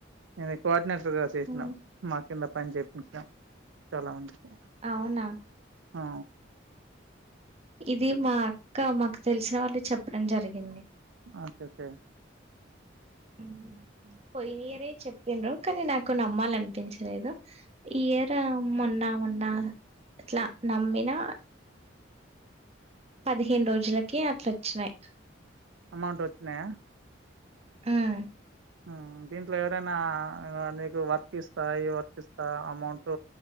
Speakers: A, on the right; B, on the right.
A: ఇగా కోఆర్డినేటర్గా చేసినాం
B: ఉమ్,
A: మా కింద పని చేపించినం చాలా మందికి
B: అవునా
A: ఆ
B: ఇది మా అక్క మాకు తెలిసిన వాళ్ళు చెప్పడం జరిగింది
A: ఓకే ఓకే
B: ఉమ్, పోయిన ఇయరే చెప్పిండ్రు కానీ నాకు నమ్మాలి అనిపించలేదు ఈ ఇయర్ మొన్నా మొన్నా ఆట్లా నమ్మినా పదిహేను రోజులకి అట్లా వచ్చినాయి.
A: అమౌంట్ వచ్చినాయా
B: ఉమ్
A: ఆ దీంట్లో ఎవరైనా నీకు వర్క్ ఇస్తా వర్క్ ఇస్తా అమౌంట్